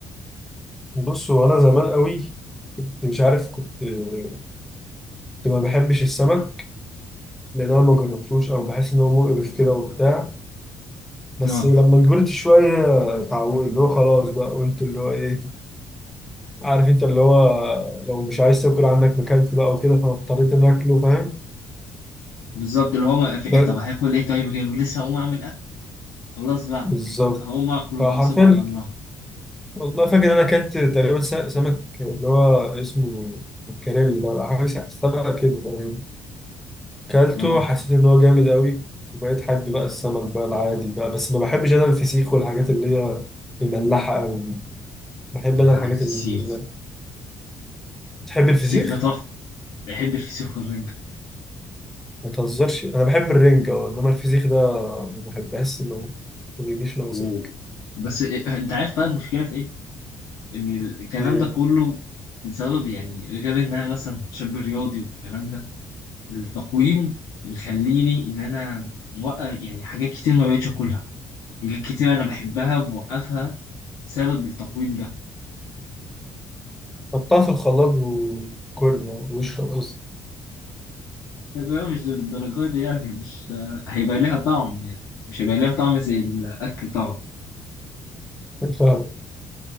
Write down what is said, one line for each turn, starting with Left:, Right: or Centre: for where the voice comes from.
Centre: بص هو انا زمان قوي كنت مش عارف كنت كنت ما بحبش السمك لان انا ما جربتوش او بحس ان هو مقرف كده وبتاع بس
Left: اه
Centre: لما كبرت شويه اتعودت اللي هو خلاص بقى قلت اللي هو ايه عارف انت اللي هو لو مش عايز تاكل عندك مكلت بقى وكده فاضطريت ان اكله فاهم
Left: بالظبط اللي هو ما في
Centre: ب-
Left: إيه طب هاكل ايه طيب غيره لسه هقوم اعمل اكل خلاص بقى
Centre: بالظبط
Left: هقوم اكله
Centre: فحرفيا
Left: بقى وسيب على الله
Centre: والله فاكر إن أنا أكلت تقريبا س- سمك اللي هو اسمه مكاريلي لو حاجة سمك كده تقريبا أكلته
Left: اه
Centre: حسيت إن هو جامد أوي وبقيت حابب بقى السمك بقى العادي بقى بس ما بحبش أنا الفسيخ والحاجات اللي هي مملحة أوي دي بحب
Left: يعني
Centre: أنا
Left: عارف
Centre: الحاجات اللي
Left: السيخ
Centre: تحب الفسيخ؟
Left: السيخ ده تحفه بحب الفسيخ والرنجه
Centre: ما تهزرش أنا بحب الرنجة أه إنما الفسيخ ده ما بحبهاش إنه ما بيجيش ناقصك
Left: و... بس إيه انت عارف بقى المشكله في ايه ان الكلام
Centre: إيه
Left: ده كله بسبب يعني غير ان انا مثلا شاب رياضي والكلام ده التقويم مخليني ان انا موقف يعني حاجات كتير ما بقتش اكلها حاجات كتير انا بحبها موقفها بسبب التقويم ده
Centre: حطها في الخلاط وكل يعني واشرب قصدي
Left: طب هو مش للدرجه دي يعني مش هيبقى ليها طعم يعني مش هيبقى ليها طعم زي الاكل طبعا
Centre: فاهم